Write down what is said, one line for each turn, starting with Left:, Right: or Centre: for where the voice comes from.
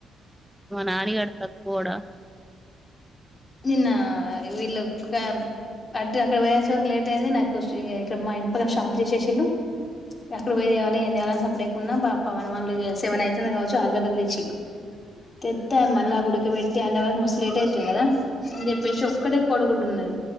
Centre: మా నానిగడు తక్కువోడ?
Left: నిన్న వీళ్ళు క్యాబ్ అంటె అక్కడ పోయొచ్చే వరకు లేట్ అయింది, నాకు ఇగ ఇక్కడ మా ఇంటిపక్కన షాప్ తీసేసిళ్ళు. ఇగ అక్కడ పోయ్ దేవాలె, ఏం దేవాలని సప్పుడేకున్న. బా పవన్ వాళ్ళు ఇగ సెవెన్ అవుతుంది కావచ్చు, ఆలుగడ్డల్ తెచ్చిళ్ళు. తెత్తే మళ్ళ అవి ఉడకబెట్టి అండేవరకు మస్తు లేట్ అయితది గదా. అని జేప్పేసి ఒక్కడే కోడి గుడ్డు ఉన్నది,